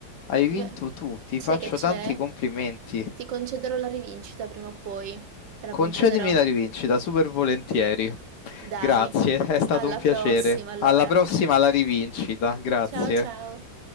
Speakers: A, on the left; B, on the right.
A: hai
B: Beh,
A: vinto tu, ti
B: sai
A: faccio
B: che c'è?
A: tanti complimenti.
B: Ti concederò la rivincita prima o poi. Te la
A: Concedimi
B: concederò.
A: la rivincita, super volentieri.
B: Dai,
A: Grazie, è stato
B: alla
A: un piacere.
B: prossima allora.
A: Alla prossima, alla rivincita, grazie.
B: Ciao ciao.